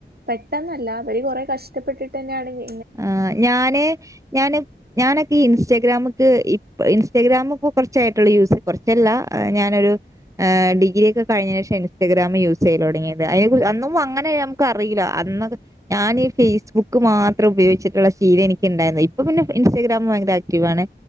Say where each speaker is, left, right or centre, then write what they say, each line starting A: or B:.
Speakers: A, on the right (about 55°); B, on the right (about 15°).
A: പെട്ടെന്നല്ല അവര് കൊറെ കഷ്ടപ്പെട്ടിട്ട് തന്നെയാണെങ്ക
B: ആ് ഞാന് ഞാന് ഞാനൊക്കെ ഇൻസ്റ്റഗ്രാമക്ക് ഇൻസ്റ്റാഗ്രാമ ഒക്കെ കുറച്ചായിട്ടുള്ള യൂസ്, കുറച്ചല്ല ഞാനൊരു ഡിഗ്രിയ ഒക്കെ കഴിഞ്ഞേഷം ഇൻസ്റ്റഗ്രാാം യൂസ് ചെയ്യ തുടങ്ങിയത് അന്നും അങ്ങനെ നമുക്ക് അറിയില്ല. എന്നത് ഞാനി ഫേസ് ബുക്ക് മാത്രം ഉപയോഗിച്ചിട്ടുള്ള ശീലം എനിക്കണ്ടായിരുന്നു. ഇപ്പൊ പിന്നെ ഇൻസ്റ്റഗ്രാാം ഭയങ്കര ആക്റ്റീവ ആണ്.